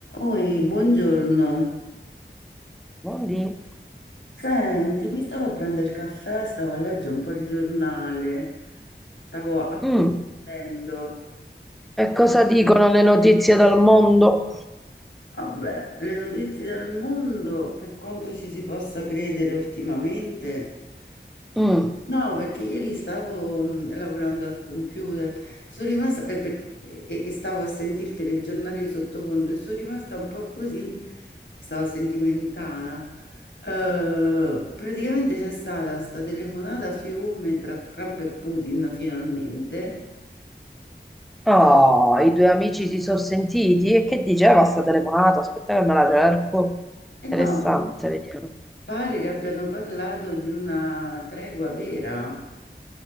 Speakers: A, on the left; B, in the centre.
A: Oi, buongiorno.
B: Buondì.
A: Senti, mi stavo a prendere il caffè, stavo a leggere un po' il giornale, stavo approfondendo.
B: Mm. E cosa dicono le notizie dal mondo?
A: Vabbè, le notizie dal mondo, per quanto ci si possa credere ultimamente,
B: Mm.
A: i- no, perché ieri stavo mh, lavorando al computer, sono rimasta, eh, per- e, e stavo a sentire il telegiornale di sottofondo e sono rimasta un po' così, stavo sentimentana. Eh, praticamente c'è stata sta telefonata a fiume tra Trump e Putin finalmente.
B: Oh, i due amici si sono sentiti e che diceva sta telefonata? Aspetta che me la cerco.
A: E
B: Interessante,
A: no,
B: vediamo.
A: Pare che abbiano parlato di una tregua vera.